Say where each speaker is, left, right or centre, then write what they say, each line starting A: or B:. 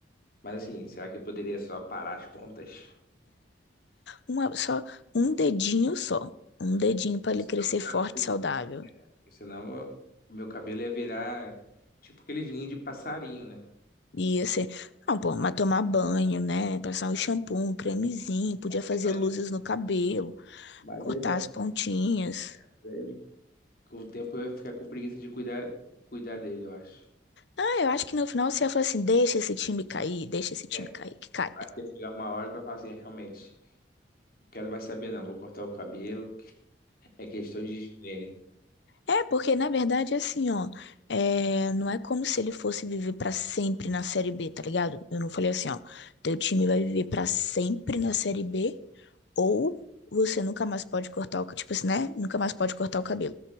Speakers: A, on the left; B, on the left.
A: Mas assim, será que eu poderia só parar as pontas?
B: Uma, só um dedinho só. Um dedinho pra ele
A: Senão
B: crescer
A: meu cabelo.
B: forte e saudável.
A: É, Porque senão eu- o meu cabelo ia virar tipo aqueles ninhos de passarinho, né?
B: E assim, não, pô, mas tomar banho, né? Passar um shampoo, um cremezinho, podia
A: Assim,
B: fazer
A: mas.
B: luzes no cabelo,
A: Mas
B: cortar
A: é da-
B: as pontinhas.
A: é, mas aí com o tempo eu ia ficar com preguiça de cuidar, cuidar dele, eu acho.
B: Ah, eu acho que no final você ia falar assim: deixa esse time cair, deixa esse time
A: É,
B: cair, que caia.
A: eu acho que ia chegar uma hora que eu falo assim, é, realmente, não quero mais saber não, vou cortar o cabelo, é questão de higiene.
B: É, porque na verdade, assim, ó, é, não é como se ele fosse viver pra sempre na Série B, tá ligado? Eu não falei assim, ó, teu time vai viver pra sempre na Série B, ou você nunca mais pode cortar o, ca- tipo assim, né? Nunca mais pode cortar o cabelo.